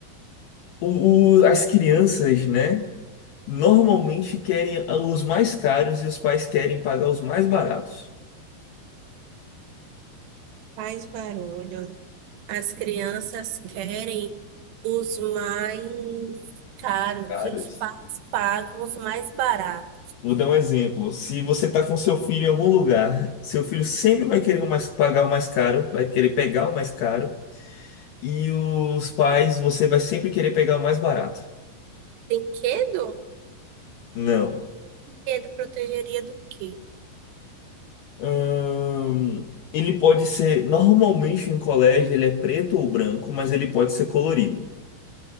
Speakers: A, on the left; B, on the right.
A: O, o- as crianças, né, normalmente querem os mais caros e os pais querem pagar os mais baratos.
B: faz barulho. As crianças querem os mais caros
A: Caros.
B: e os pais pagam os mais baratos.
A: Vou dar um exemplo. Se você tá com seu filho em algum lugar, seu filho sempre vai querer o mais- pagar o mais caro, vai querer pegar o mais caro, e os pais, você vai sempre querer pegar o mais barato.
B: Brinquedo?
A: Não.
B: Medo protegeria do quê?
A: Hum, ele pode ser, normalmente em colégio, ele é preto ou branco, mas ele pode ser colorido.